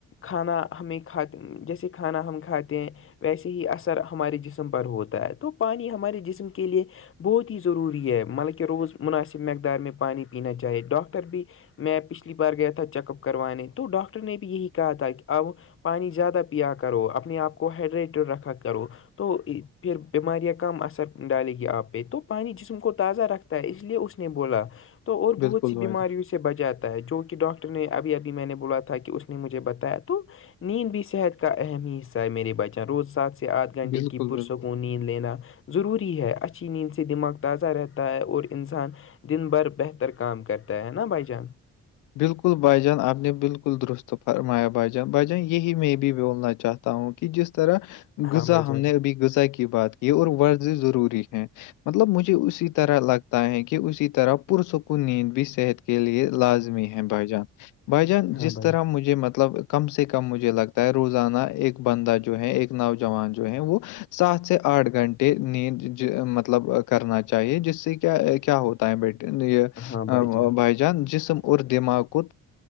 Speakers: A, on the left; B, on the left.
A: کھانا ہمیں کھاتے جیسے کھانا ہم ک کھاتے ہیں ویسے ہی اثر ہمارے جسم پر ہوتا ہے تو پانی ہمارے جسم کے لیے بہت ہیی ضروری ہے مطلبکہ روز مناسب مقدار میں پانی پینا چاہے ڈاکٹر بھی میں پچھلی بار گیا تھا چیک اپ کروانے تو ڈاکٹر نے بھی یہی کہا تھا کہ اب پانی زیادہ پیا کرو اپنے آپ کو ہائڈریٹڈ رکھا کرو تو پھر بیماریاں کم اثر ڈالے گی آپ پہ تو پانی جسم کو تازہ رکھتے اس لیے اس نے بولا تو اور بہت
B: بالکل
A: سی بیماریوں
B: بھائی جان
A: سے بجاتا ہے جو کہ ڈاکٹر نے ابھی ابھی میں نے بولا تھا کہ اس نے مجھے بتایا تو نیند بھی صحت کا اہم حص میرے بچن روز سات سے آدھ گھنٹے
B: بالکل
A: کی پرسوں
B: بالکل
A: نیند لینا ضروری ہے اچھی نیند سے دماغ تازہ رہتا ہے اور انسان دن بھر بہتر کام کرتا ہے نا بائی جان
B: بالکل بجان اپنے بالکل درست فرمایا بجان بجن یہی می بی بیول ن چھ ہوں کہ جس طرح
A: ہاں
B: غذا
A: بھائی جان
B: ہم نے ابھی غذا کی بات کی اور ورز ضروری ہے مطلب مجھے اسی طرح لگتا ہے کہ اسی طرح پرسکون نیند بھی صحت کے لئے لاز ہیں بھائی جان بھائی جان
A: ہاں
B: جس
A: بھائی
B: طرح مجھے مطلب کم سے کم مجھے لگتا ہے روزانہ ایک بندہ جو ہے ایک نوجوان جو ہیں وہ سات سے آٹھ گھنٹے نیند مطلب کرنا چاہیے جس سے کیا کیا ہوتا بٹ یہ
A: ہاں بھائی جان
B: بائی جان جس اور دماغ کو